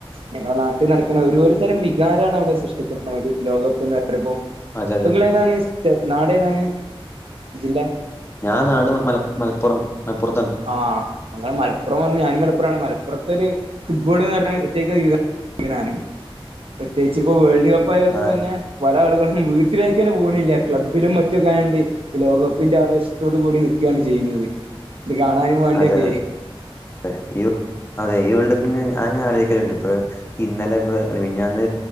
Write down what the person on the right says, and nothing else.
ഞങ്ങളെ നാട്ടീ നടക്ക്ണ ഒരോര് തരം വികാരാണ് അവടെ സൃഷ്ടിക്ക്ന്നത് ലോകകപ്പ്ന്ന്റയുമ്പോ
പ്പങ്ങളേതാണ് നാടേതാണ്? ജില്ലാ?
ആഹ് അതാ മലപ്പൊറം പറഞ്ഞ് ഞാനും മലപ്പൊറാണ് മലപ്പൊറത്തൊര് ഫുട്ബോള്ന്നറഞ്ഞാ പ്രത്യേക ക്ഷീണാണ്. പ്രത്യേകിച്ച് പ്പോ വേൾഡ് കപ്പായപ്പോ
പിന്നെ പല ആള്കളും വീട്ടിലേക്കെന്നെ പോണില്ല്യാ ക്ലബ്ബിലും മറ്റൊക്കായോണ്ട് ഈ ലോകകപ്പിന്റെ ആവേശത്തോടു കൂടി നിക്കാണ് ചെയ്യ്ണത്. ഇത് കാണാനും മാണ്ട്യൊക്കേ.